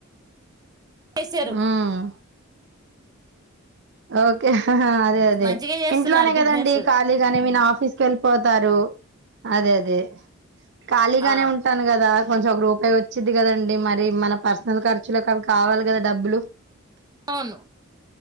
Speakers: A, on the right; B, on the right.
A: చేశారు
B: హ్మ్ ఓకే అదే అదే
A: మంచిగా చేస్తున్నారు
B: ఇంట్లోనే కదండి
A: బిజినెస్
B: ఖాళీగానే ఇయన ఆఫీస్కి వెళ్ళిపోతారు అదే అదే ఖాళీగానే
A: ఆ
B: ఉంటాను కదా కొంచెం ఒక రూపాయి వచ్చిద్ది కదండి మరి మన పర్సనల్ ఖర్చులకి అవి కావాలి కద డబ్బులు
A: అవును